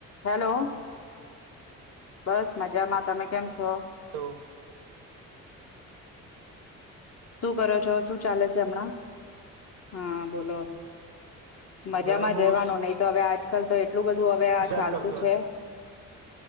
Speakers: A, on the left; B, on the right.
A: હેલો બસ મજામાં તમે કેમ છો
B: તો
A: શું કરો છો શું ચાલે છે હમણાં હા બોલો મજામાં
B: હમણાં હું
A: જ રેવાનો નહી તો હવે આજ <unintelligible> એટલું બધું હવે આ
B: શેર
A: ચાલતું
B: કરતો
A: છે
B: હતો